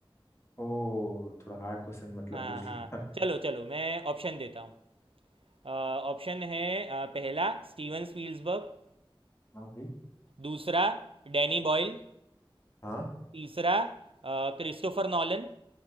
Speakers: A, on the left (about 30°); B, on the right (about 80°).
A: ओ थोड़ा हार्ड क्वेश्चन मतलब
B: हाँ
A: पूछ
B: हाँ
A: लिया
B: चलो चलो मैं ऑप्शन देता हूँ अ, ऑप्शन है अ, पहला स्टीवन स्पील्सबर्ग
A: हाँ भाई
B: दूसरा डैनी बॉयल
A: हाँ
B: तीसरा अ, क्रिस्टोफर नॉलन